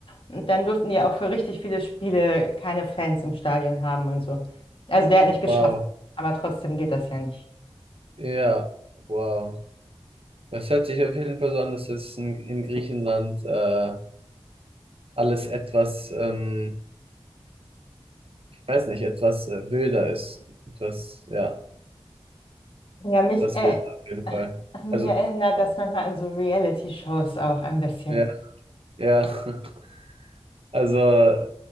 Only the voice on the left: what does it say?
Und dann durften die auch für richtig viele Spiele keine Fans im Stadion haben und so. Also der hat nicht geschossen,
aber trotzdem geht das ja nicht.
Ja, mich,
äh,
äh,
mich
erinnert das manchmal an so Reality-Shows auch ein bisschen.